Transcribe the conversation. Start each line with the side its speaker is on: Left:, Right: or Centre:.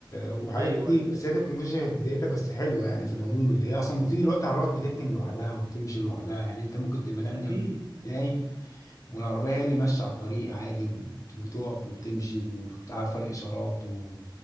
Left: وحاجات
Right: ايوه
Left: كتير
Right: ايوه
Left: بس هي تكنولوجيا في ذاتها بس حلوه يعني في العموم اللي هي اصلا وفي دلوقتي عربيات بتركن لوحدها وبتمشي لوحدها يعني انت ممكن تبقى نايم
Right: اكيد
Left: جنب نايم والعربيه هي اللي ماشيه على الطريق عادي وبت- وبتقف وبتمشي وعارفه الاشارات و...